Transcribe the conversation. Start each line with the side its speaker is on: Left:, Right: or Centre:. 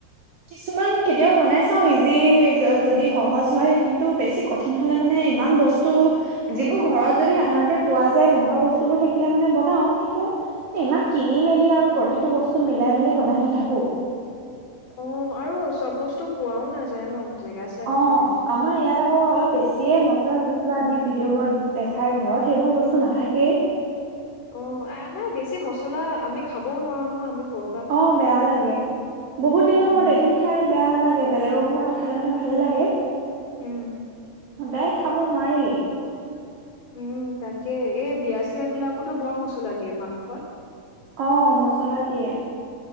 Right: কিছুমান কেতিয়াবা বনাই চাওঁ ইজি যদি সহজ হয়, কিন্তু বেছি কঠিন হলে মানে ইমান বস্তু যিবোৰ ঘৰত যদি সাধাৰণতে পোৱা যায় তেনেকুৱা বস্তুবোৰ থাকিলে মানে বনাও, কিন্তু ইমান কিনি মেলি আৰু প্ৰতিটো বস্তু মিলাই মেলি বনাই নাথাকো।
Left: অঁ আৰু চব বস্তু পোৱাও নাযায় ন। জেগা চাই
Right: অঁ
Left: কথা থাকে।
Right: আমাৰ ইয়াত আকৌ অলপ বেছিয়ে মচলা চচলা দি ভিডিঅ'বোৰত দেখাই ঘৰত সেইবোৰ বস্তু নাথাকেই।
Left: উম, আ নাই বেছি মছলা আমি খাবও নোৱাৰো নহয় আমি স
Right: অঁ বেয়া লাগে, বহুত দিনৰ
Left: উম,
Right: মূৰত এদিন খাই বেয়া নালাগে, বেলেগৰ ঘৰত খালে মানে ভালে লাগে।
Left: উম।
Right: সদায় খাব নোৱাৰি।
Left: উম তাকে, এই বিয়া চিয় বিলাকতো বৰ মছলা দিয়ে মাংসত।
Right: অঁ, মচলা দিয়ে।